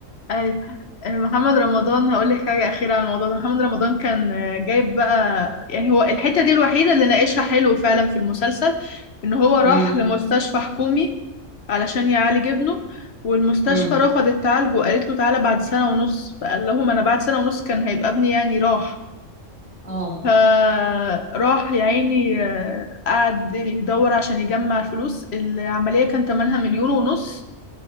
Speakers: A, on the left; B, on the right.
A: أيوة محمد رمضان هقول لك حاجة أخيرة عن الموضوع ده محمد رمضان كان جايب بقى يعني هو الحتة دي الوحيدة اللي ناقشها حلو فعلا في المسلسل إن هو راح
B: <laughs> امم
A: لمستشفى حكومي علشان يعالج ابنه والمستشفى
B: امم
A: رفضت تعالجه وقالت له تعالى بعد سنة ونص فقال لهم أنا بعد سنة ونص كان هيبقى ابني يعني راح
B: اه
A: فراح يا عيني آه، قعد يدور عشان يجمع الفلوس العملية كان تمنها مليون ونص